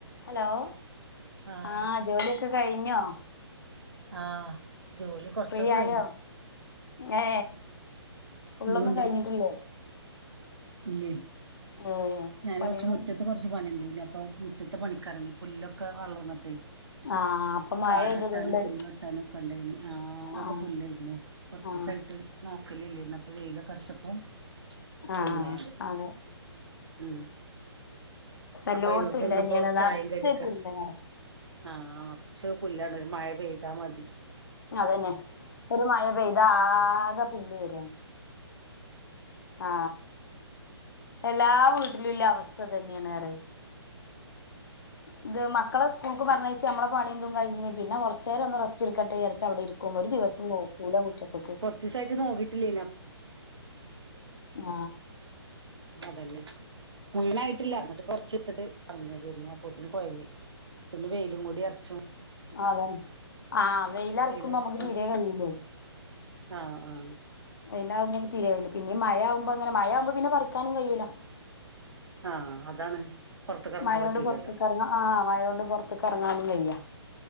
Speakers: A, on the left (about 50°); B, on the right (about 70°).
A: ഹലോ
B: ആഹ്
A: ആ ജോലിയൊക്ക
B: കെ
A: കഴിഞ്ഞോ
B: ആഹ് ജോലി കൊർച്ചൊക്ക
A: ഫ്രീ ആയോ
B: കഴിഞ്ഞു
A: ഏ ഫുള്ളൊന്നും
B: ഇഞ്ഞുണ്ട്
A: കഴിഞ്ഞിട്ടില്ലേ
B: ഇല്ലേ
A: ഏ
B: ഞാന്
A: പണികൾ
B: കൊർച് മുറ്റത്ത് കൊർച്ച് പണിണ്ട് ഇനി അപ്പൊ മുറ്റത്തെ പണിക്കർങ്ങി പുല്ലൊക്കെ വളർന്ന്ട്ടേ
A: ആ അപ്പൊ മഴ
B: കാട്
A: പെയ്തതുകൊണ്ട്
B: വെട്ടാനും പുല്ല് വെട്ടാനു ഒക്ക ഇണ്ടായിന് ആക
A: ആ
B: പുല്ല് ആയിരുന്നു കൊർചീസായിട്ട്
A: ആ
B: നോക്കല് ഇല്ലെയിരുന്നു അപ്പൊ വെയിലൊക്കെ അർചപ്പോ
A: ആ
B: പിന്നെ
A: അതെ
B: ഉം
A: എല്ലോടത്തും
B: അപ്പ അയിമക്ക്
A: ഇല്ല
B: നിന്നപ്പോ
A: തന്നെയാണ് നിറച്ച്
B: ചായിം കടിക്കെ
A: പുല്ല് നിറ
B: ആ ച്ചു പുല്ലാണ് ഒരു മഴ പെയ്താ മതി
A: അതന്നെ ഒരു മഴ പെയ്ത ആക പുല്ല് വരാണ് ആ എല്ലാ വീട്ടിലുല്ല അവസ്ഥ ഇതന്നെണ് പറേ ഇത് മ മക്കള സ്കൂൾക്ക് പർഞ്ഞയ്ച്ച് നമ്മള പണി ഇതും കഴിഞ്ഞ് പിന്ന കൊർചെരം ഒന്ന് റസ്റ്റ് ഇട്ക്കട്ടെ വിചാര് ച്ച അവ്ടെ ഇര്ക്കും ഒരു ദിവസം നോക്കൂല മുറ്റത്ത്ക്ക്
B: കൊർച്ചീസായിട്ട് നോക്കീട്ട് ഇല്ലേനി അ
A: ആ
B: അതന്നെ മുഴുവനായിട്ടില്ല ന്നട്ട് പ്പൊ കൊർച്ച് ഇട്ത്ത്ട്ട് എർങ്ങിയതെയിരുന്നു അപ്പൊത്തിന് കോഴങ്ങി ഇഞ് വെയിലും കൂടി അർച്ചു
A: അതന്നെ ആ വെയില അർക്കുമ്പം
B: വെയിലറച്ചപ്പം
A: നമ്മക്ക് തീരെ കയ്യൂലെ
B: ആഹ് ആഹ്
A: വെയിലാവുമ്പം തീരെ കയ്യൂല പിന്നിം മഴയാവുമ്പ അങ്ങനെ മഴ ആവുമ്പോ പിന്നെ പറിക്കാനും കയ്യൂല
B: ആ അതാണ് പൊറത്ത്ക്ക് എറങ്ങാൻ
A: മയൊണ്ട്
B: പറ്റൂലല്ലോ
A: പോർത്ത്ക്ക് എർങ്ങാ ആ മയൊണ്ട് പോർത്ത്ക്ക് എർങ്ങാനും വയ്യ